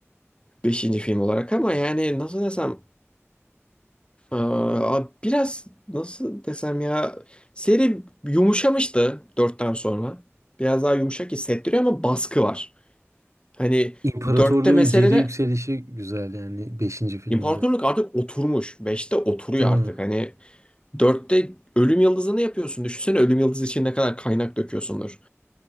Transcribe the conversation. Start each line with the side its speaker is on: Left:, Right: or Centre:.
Left: Beşinci film olarak ama yani nasıl desem aa, biraz nasıl desem ya seri yumuşamıştı dörtten sonra. Biraz daha yumuşak hissettiriyor ama baskı var. Hani
Right: İmparatorluğun
Left: dörtte mesele
Right: geri
Left: de
Right: yükselişi güzel yani beşinci filmde.
Left: imparatorluk artık oturmuş. Beşte oturuyor
Right: Değil mi?
Left: artık. Hani dörtte ölüm yıldızını yapıyorsun. Düşünsene ölüm yıldızı için ne kadar kaynak döküyorsundur.